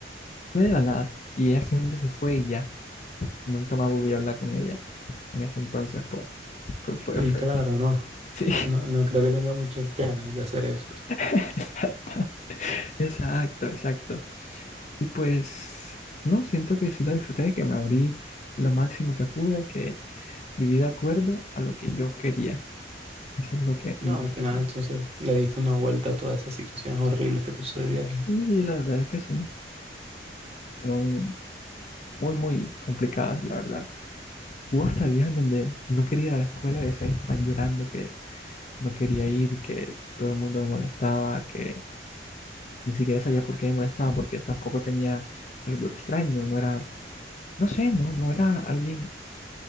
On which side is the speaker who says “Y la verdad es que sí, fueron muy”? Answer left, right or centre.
Left